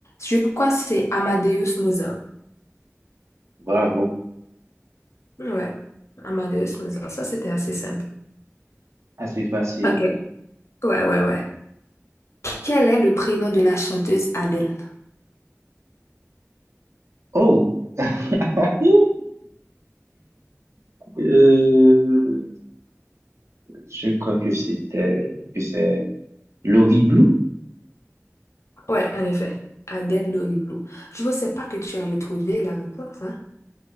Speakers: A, on the left; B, on the right.
A: Je pourquoi c'est Amadeus Mozart.
B: Bravo,
A: Ouais, Amadeus Mozart. Ça, c'était assez simple.
B: assez facile.
A: Ok. Ouais, ouais, ouais. Quel est le prénom de la chanteuse Adèle?
B: Oh, <laughs> euh, je crois que c'était que c'est Laurie Blue.
A: Ouais, en effet. Adèle Loriblou. Je ne pensais pas que tu allais trouver la réponse, hein.